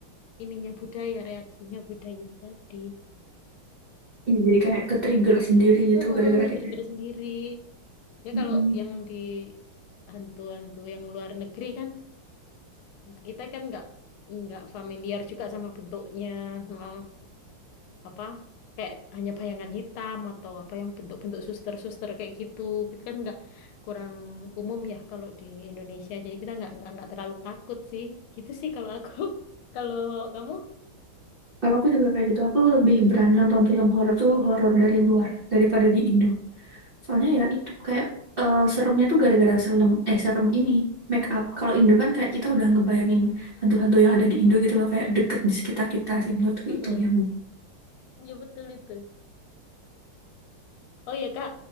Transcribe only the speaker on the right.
Iya, jadi kayak ke trigger sendiri gitu
gara-gara
kita
Mm-mm.
kalau aku juga kayak gitu aku lebih berani nonton film horor tuh horor dari luar daripada di Indo soalnya ya itu kayak eh, seremnya tuh gara-gara serem eh serem ini make up kalau Indo kan kayak kita udah ngebayangin hantu-hantu yang ada di Indo gitu loh kayak deket di sekitar kita sih menurutku
itu yang